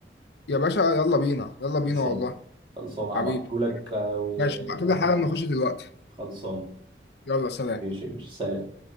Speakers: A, on the left; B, on the right.
A: يا باشا يلا بينا يلا
B: خلصان
A: بينا والله
B: خلصان هبعته
A: حبيبي
B: لك آه، ونقدم
A: ماشي ابعتولي حالا
B: مع
A: نخش
B: بعض
A: دلوقتي
B: خلصان
A: يلا سلام
B: ماشي يا باشا سلام